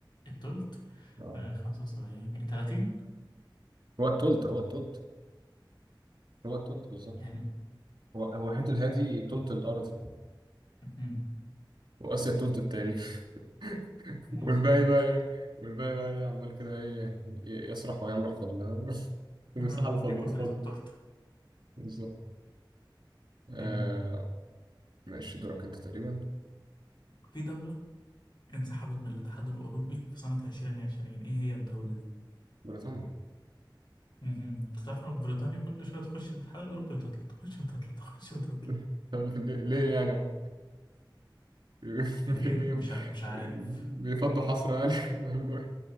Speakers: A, on the left; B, on the right.
A: التلت
B: اه
A: آه، خمسة وسبعين تلاتين
B: هو التلت هو التلت هو التلت بالظبط
A: يعني
B: هو هو حته الهادي تلت الارض
A: مهم.
B: واسيا التلت التاني <laughs>
A: مظبوط
B: والباقي بقى ايه والباقي بقى ايه عمال كده ايه ي- يسرح ويمرح في ال- <laughs> في
A: أها.
B: المساحه الفاضيه
A: ياكل
B: فاضيه
A: بقية التورتة
B: بالظبط آه
A: جميل
B: ماشي دورك انت تقريبا
A: في دولة انسحبت من الاتحاد الأوروبي في سنة عشرين عشرين إيه هي الدولة
B: بريطانيا
A: مهم. انت تعرف إن بريطانيا كل شويه تخش الاتحاد الاوروبي وتطلع تخش وتطلع تخش وتطلع
B: <laughs> طب ليه ليه يعني هو <laughs> بي-
A: ايه إيه؟
B: بي-
A: مش ع... مش عارف
B: بيفضوا حصر يعني <laughs> بيعملوا ايه